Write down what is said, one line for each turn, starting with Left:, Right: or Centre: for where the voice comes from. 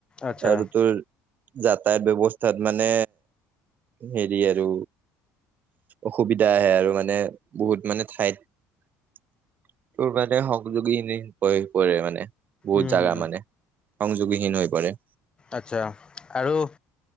Left: আচ্ছা
Right: আৰু তোৰ যাতায়াত ব্যৱস্থাত মানে হেৰি আৰু অসুবিধা আহে আৰু মানে বহুত মানে ঠাইত। তোৰবাদে সংযোগী হৈ পৰে মানে। বহুত
Left: উম
Right: জাগা
Left: হম
Right: মানে সংযোগীহীন হৈ পৰে।
Left: আচ্ছা আৰু-